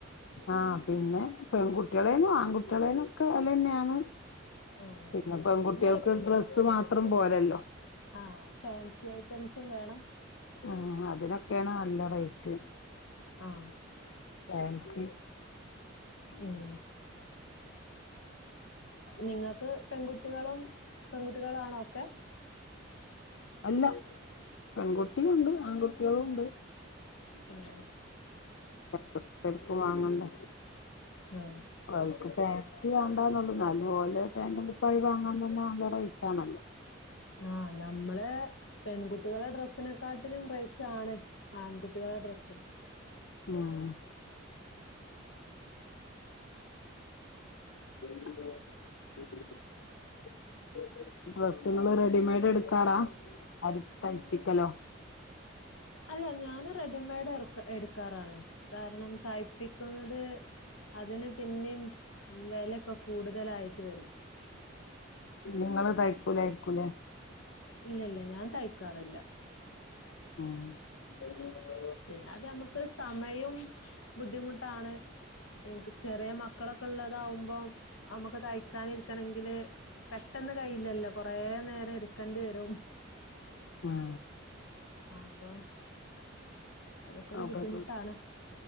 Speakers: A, on the left; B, on the left.
A: ആഹ് പിന്നെ പെൺകുട്ടികളേനും ആൺകുട്ടികളേനൊക്കെ വെലെന്നെയാണ്
B: ആ
A: പിന്നെ പെൺകുട്ടികൾക്ക്
B: നല്ല
A: ഡ്രസ്സ്മാത്രം പോരല്ലോ
B: ആ ഫാൻസി ഐറ്റംസും വേണം
A: ഉം അതിനൊക്കെയാണ് നല്ല റേറ്റ്
B: ആ
A: ഫാൻസി
B: ഉം നിങ്ങൾക്ക് പെൺകുട്ടികളും പെൺകുട്ടികളാണോ ഒക്കെ
A: അല്ല പെൺകുട്ടിയുണ്ട് ആൺകുട്ടികളുണ്ട്
B: ഉം
A: <unintelligible> ടുക്കും വാങ്ങണ്ടേ
B: ആ
A: ഓല്ക്ക് ഫാൻസി വേണ്ടാന്നുള്ളൂ നല്ലപോലെ പാന്റും കുപ്പായും വാങ്ങാൻതന്നെ നല്ല റേറ്റാണല്ലോ
B: ആഹ് ആ നമ്മള് പെൺകുട്ടികളുടെ ഡ്രസ്സിനെക്കാട്ടിലും റേറ്റാണ് ആൺകുട്ടികളുടെ ഡ്രസ്സിന്
A: ആഹ് <inaudible> ഡ്രസ്സ്‌ങ്ങള് റെഡിമെയ്ഡെടുക്കാറാ അടി തയ്പ്പിക്കലോ
B: അല്ല ഞാന് റെഡിമെയ്ഡ് എടുക്കാറാണ് കാരണം തയ്പ്പിക്കുന്നത് അതിന് പിന്നെയും വിലൊക്കെ കൂടുതലായിട്ട് വരും
A: നിങ്ങള് തയ്ക്കൂലായിരിക്കും ല്ലേ
B: ഇല്ലല്ല ഞാൻ തയ്ക്കാറില്ല
A: ആഹ്
B: പിന്നെ അത് നമുക്ക് സമയവും ബുദ്ധിമുട്ടാണ് എനിക്ക് ചെറിയ മക്കളൊക്കുള്ളതാവുമ്പോം നമക്ക് തയ്ക്കാനിരിക്കണെങ്കില് പെട്ടന്ന് കയ്യില്ലല്ലോ കൊറേ നേരം എടുക്കണ്ടി വരും
A: ഉം
B: അപ്പൊ അതൊക്കെ ഒരു
A: അപരൂപ
B: ബുദ്ധിമുട്ടാണ്